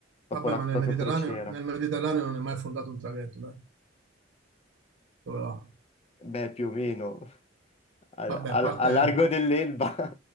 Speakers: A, on the left (about 35°); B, on the right (about 75°).
A: Dopo
B: Vabbè,
A: la
B: ma
A: proprio
B: nel Mediterraneo,
A: crociera.
B: nel Mediterraneo non è mai fondato un traghetto, dai. Dove va?
A: Beh, più o meno. Al,
B: Vabbè,
A: al-
B: a parte,
A: al largo dell'Elba,